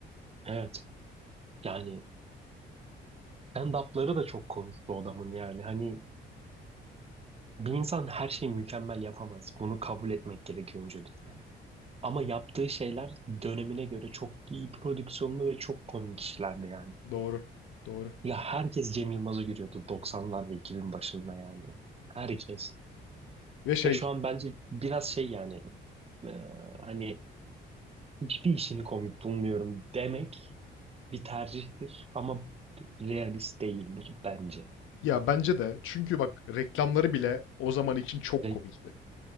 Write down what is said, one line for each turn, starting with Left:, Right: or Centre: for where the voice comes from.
Right: Evet. Yani stand-up'ları da çok komik bu adamın yani. Hani Bir insan her şeyi mükemmel yapamaz. Bunu kabul etmek gerekiyor öncelikle. Ama yaptığı şeyler dönemine göre çok iyi prodüksiyonlu ve çok komik işlerdi yani.
Left: Doğru. Doğru.
Right: Ya herkes Cem Yılmaz'ı görüyordu 90'lar ve 2000 başında yani. Herkes.
Left: Ve şey
Right: Ve şu an bence biraz şey yani e, hani hiçbir işini komik bulmuyorum demek bir tercihtir ama realist değildir bence.
Left: ya bence de çünkü bak reklamları bile o zaman için çok
Right: Re-
Left: komikti.